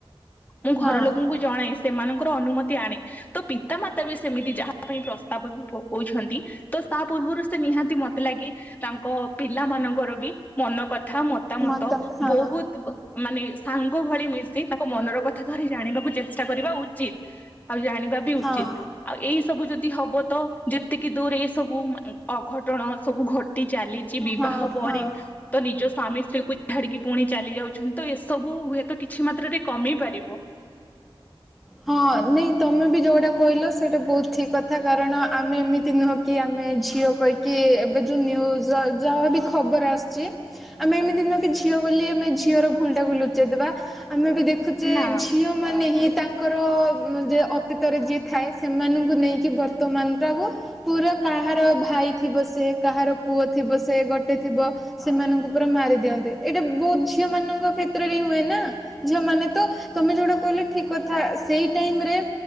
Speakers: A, on the left; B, in the centre.
A: ମୁଁ ଘର
B: ହଁ
A: ଲୋକଙ୍କୁ ଜଣାଇ ସେମାନଙ୍କର ଅନୁମତି ଆଣେ। ତ ପିତାମାତା ବି ସେମିତି ଯାହା ପାଇଁ ପ୍ରସ୍ତାବ ବି ପକଉଛନ୍ତି ତ ତା ପୂର୍ବରୁ ସେ ନିହାତି ମତେ ଲାଗେ ତାଙ୍କ ପିଲା ମାନଙ୍କର ବି ମନ କଥା ମ ମତାମତ
B: ମତ ହଁ
A: ବହୁତ ମାନେ ସାଙ୍ଗ ଭଳି ମିଶି ତାଙ୍କ ମନର କଥା ଥରେ ଜାଣିବାକୁ ଚେଷ୍ଟା କରିବା ଉଚିତ ଆଉ ଜାଣିବା ବି
B: ହଁ
A: ଉଚିତ। ଆଉ ଏଇ ସବୁ ଯଦି ହବ ତ ଯେତିକି ଦୂର ଏଇ ସବୁ ଅଘଟଣ ସବୁ ଘ ଟି ଚାଲିଛି ବିବାହ
B: ହଁ
A: ପରେ
B: ହଁ।
A: ତ ନିଜ ସ୍ୱାମୀ ସ୍ତ୍ରୀ କୁ ଛାଡିକି ପୁଣି ଚାଲି ଯାଉଛନ୍ତି ତ ଏସବୁ ହୁଏତ କିଛି ମାତ୍ରରେ କମେଇ ପାରିବ। ବ
B: ହଁ ନାଇଁ ତମେ ବି ଯଉଟା କହିଲ ସେଇଟା ବହୁତ ଠିକ କଥା କାରଣ ଆମେ ଏମିତି ନୁହ କି ଆମେ ଝିଅ କହିକି ଏବେ ଯୋଉ ନ୍ୟୁଜ ଯାହାବି ଖବର ଆସିଛି ଆମେ ଏମିତି ନୂଅ ଝିଅ ବୋଲି ଆମେ ଝିଅର ଭୁଲ ଟାକୁ ଲୁଚେଇଦବା ଆମେ ବି ଦେଖ ଦେଖୁଛେ
A: ନା
B: ଝିଅ ମାନେ ହିଁ ତାଙ୍କ ତାଙ୍କର ଯେ ଅତୀତରେ ଯିଏ ଥାଏ ସେମାନଙ୍କୁ ନେଇକି ବର୍ତ୍ତମାନ ଟାକୁ ପୁରା କାହାର ଭାଇ ଥିବ ସେ କାହାର ପୁଅ ଥିବ ସେ ଗୋଟେ ଥିବ ସେମାନଙ୍କୁ ପୁରା ମାରି ଦିଅନ୍ତି ଏଇଟା ବହୁତ ଝିଅ ମାନଙ୍କ କ୍ଷେତ୍ରରେ ହିଁ ହୁଏ ନା। ଝିଅ ମାନେ ତ ତମେ ଯୋଉଟା କହିଲ ଠିକ କଥା ସେଇ ଟାଇମ ରେ